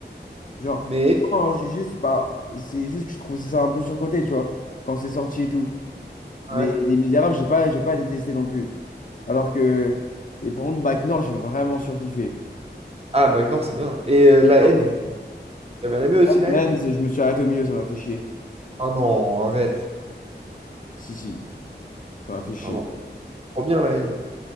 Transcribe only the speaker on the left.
Genre,
non, j'ai juste, bah, c'est juste que je trouve ça un peu surcoté, tu vois, quand c'est sorti et tout.
Mais Les Misérables, j'ai pas, j'ai pas détesté non plus. Alors que, et par contre, Bac Nord, j'ai vraiment surkiffé.
Ah,
Mans,
je me suis arrêté au milieu, ça m'a fait chier.
Si, si, ça m'a fait chier.